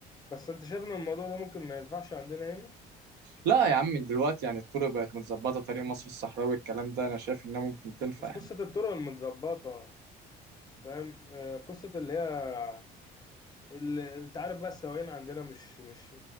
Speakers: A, on the left (about 25°); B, on the right (about 80°).
A: بس انت شايف ان الموضوع ده ممكن ما ينفعش عندنا هنا
B: لا يا عم دلوقتي يعني الطرق بقت متظبطة طريق مصر الصحراوي الكلام ده أنا شايف إنها ممكن تنفع
A: مش
B: يعني
A: قصة الطرق المتظبطة فاهم آه، قصة اللي هي اللي انت عارف بقى السواقين عندنا مش مش